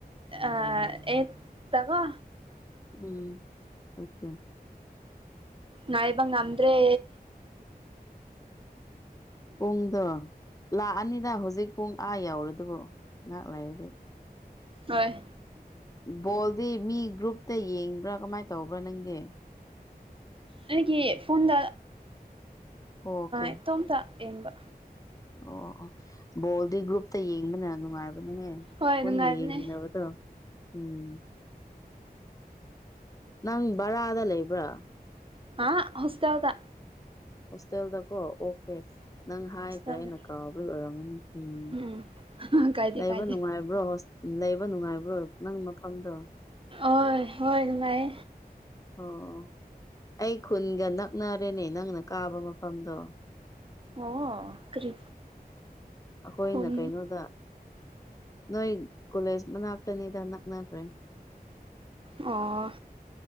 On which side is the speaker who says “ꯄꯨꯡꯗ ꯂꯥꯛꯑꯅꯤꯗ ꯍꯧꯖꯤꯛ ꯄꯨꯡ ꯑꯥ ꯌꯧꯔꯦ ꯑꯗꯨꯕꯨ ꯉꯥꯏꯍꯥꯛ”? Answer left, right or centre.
Left